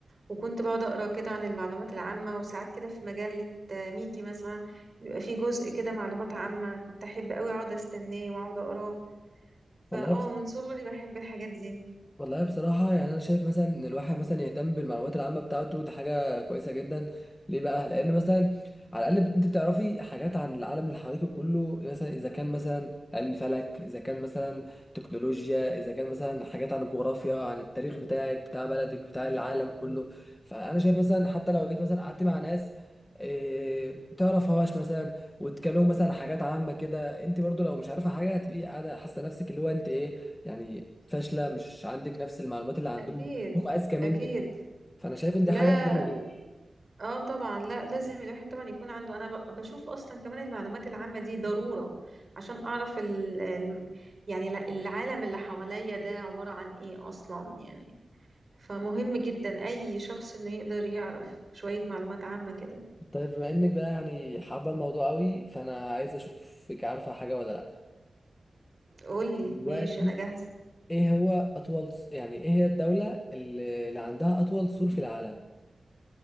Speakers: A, on the right (about 35°); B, on the left (about 20°).
A: وكنت بقعد اقرا كده عن المعلومات العامة وساعات كده في مجلة آه، ميكي مثلا بيبقى فيه جزء كده معلومات عامة كنت احب قوي اقعد استناه واقعد اقراه فاه
B: والله
A: من صغري بحب الحاجات دي
B: والله بصراحة يعني أنا شايف مثلا إن الواحد مثلا يهتم بالمعلومات العامة بتاعته دي حاجة كويسة جدا ليه بقى؟ لأن مثلا على الأقل أنت بتعرفي حاجات عن العالم اللي حواليك كله مثلا إذا كان مثلا علم فلك إذا كان مثلا تكنولوجيا إذا كان مثلا حاجات عن الجغرافيا عن التاريخ بتاعك بتاع بلدك بتاع العالم كله فأنا شايف مثلا حتى لو جيت مثلا قعدت مع ناس إيه تعرفهاش مثلا وتكلموا مثلا عن حاجات عامة كده انت برضو لو مش عارفة حاجة هتبقي قاعدة حاسة نفسك اللي هو انت ايه يعني فاشله مش عندك نفس المعلومات اللي عندهم
A: اكيد
B: هم اذكى منك
A: اكيد
B: فانا شايف ان
A: لا
B: دي حاجه مهمه
A: لا
B: جدا
A: اه طبعا لا لازم الواحد طبعا يكون عنده انا ب- بشوف اصلا كمان المعلومات العامة دي ضرورة عشان اعرف ال... ال- يعني ال- العالم اللي حواليا ده عبارة عن ايه اصلا يعني فمهم جدا اي شخص انه يقدر يعرف شوية معلومات عامة كده
B: طيب بما انك بقى يعني حابه الموضوع قوي فانا عايز اشوفك عارفه حاجه ولا لا
A: قولي
B: دلوقتي
A: ماشي انا جاهز
B: ايه هو اطول يعني ايه هي الدوله اللي اللي عندها اطول سور في العالم